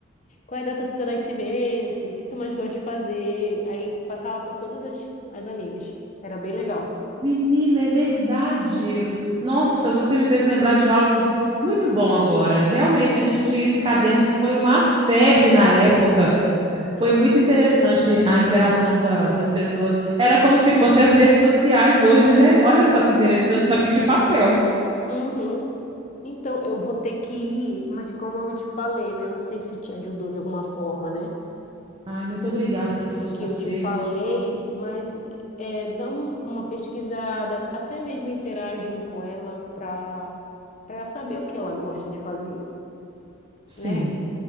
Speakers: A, on the left; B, on the right.
A: qual é a data do teu nascimento, o que tu mais gosta de fazer. Aí passava por todas as, as amigas. Era bem legal.
B: Menina, é verdade. Nossa, você me fez lembrar de algo muito bom agora. Realmente, a gente tinha esse caderno, foi uma febre na época. Foi muito interessante a interação da- das pessoas. Era como se fossem as redes sociais hoje, né? Olha só que interessante, só que de papel.
A: Uhum. Então, eu vou ter que ir, mas como eu te falei, né? Não sei se te ajudou de alguma forma, né?
B: Ai, muito obrigada pelos seus
A: o que
B: conselhos.
A: eu te falei, mas é, dá um- uma pesquisada, até mesmo interagem com ela para para saber o que ela gosta de fazer,
B: Sim,
A: né?